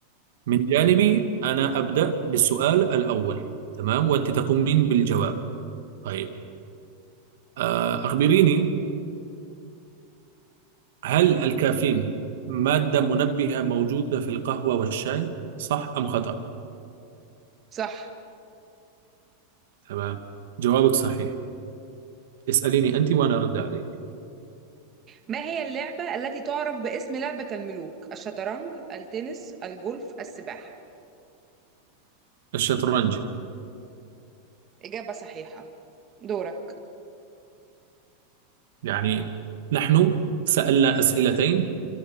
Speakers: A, on the right (about 75°); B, on the right (about 25°).
A: من جانبي أنا أبدأ بالسؤال الأول تمام وأنت تقومين بالجواب طيب آه، أخبريني هل الكافيين مادة منبهة موجودة في القهوة والشاي؟ صح أم خطأ؟
B: صح
A: تمام جوابك صحيح اسأليني أنت وأنا أرد عليك
B: ما هي اللعبة التي تعرف باسم لعبة الملوك الشطرنج التنس الجولف السباحة
A: الشطرنج
B: إجابة صحيحة دورك
A: يعني نحن سألنا أسئلتين